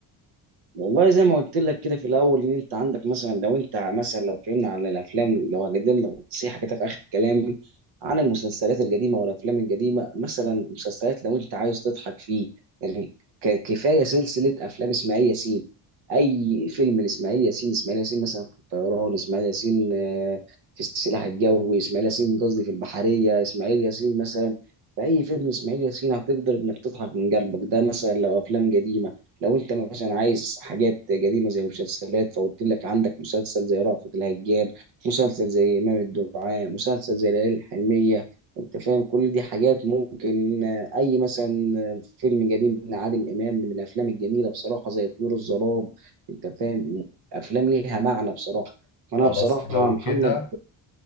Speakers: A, on the right (about 70°); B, on the left (about 50°).
A: والله زي ما قلت لك كده في الاول ان انت عندك مثلا لو انت مثلا لو اتكلمنا عن الافلام لو هقدم لك نصيحه كده في اخر كلامي عن المسلسلات القديمه والافلام القديمه مثلا مسلسلات لو انت عايز تضحك فيه يعني ك- كفايه سلسله افلام اسماعيل ياسين اي فيلم لاسماعيل ياسين اسماعيل ياسين مثلا في الطيران اسماعيل ياسين آه، في السلاح الجوي اسماعيل ياسين قصدي في البحريه اسماعيل ياسين مثلا في اي فيلم اسماعيل ياسين هتقدر انك تضحك من قلبك ده مثلا لو افلام قديمه لو انت مثلا عايز حاجات قديمه زي مسلسلات فقلت لك عندك مسلسل زي رأفت الهجان مسلسل زي امام الدعاء مسلسل زي ليالي الحلميه انت فاهم كل دي حاجات ممكن آه، اي مثلا آه، فيلم قديم لعادل امام من الافلام الجميله بصراحه زي طيور الظلام انت فاهم افلام ليها معنى بصراحه فانا
B: خلاص
A: بصراحه
B: لو
A: يا محمد
B: كده